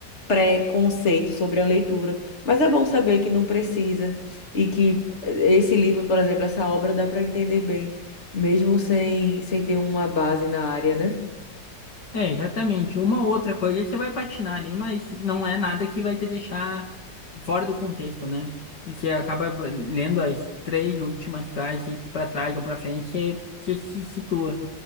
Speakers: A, on the left; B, on the left.
A: preconceito sobre a leitura, mas é bom saber que não precisa e que eh, esse livro, por exemplo, essa obra dá para entender bem, mesmo sem, sem ter uma base na área, né?
B: É, exatamente. Uma outra coisa você vai patinar ali, mas não é nada que vai te deixar fora do contexto, né? E Você acaba lendo as três últimas frases pra trás ou pra frente, você, você se situa.